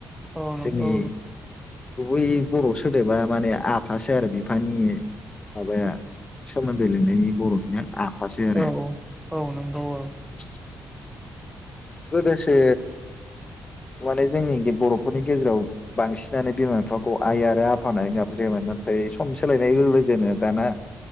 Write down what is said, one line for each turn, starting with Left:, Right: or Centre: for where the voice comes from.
Centre: औ नंगौ
Left: जोंनि बै बर' सोदोबा माने आफासै आरो बिफानि माबाया सोमोन्दो लिरनायनि बर'निया आफासै आरो
Centre: औ औ नंगौ औ
Left: <inaudible> गोदोसो माने जोंनि बर'फोरनि गेजेराव बांसिनानो बिमा बिफाखौ आइ आरो आफा होननानै गाबज्रिायामोन नाथाय सम सोलायनाय लोगोनो दाना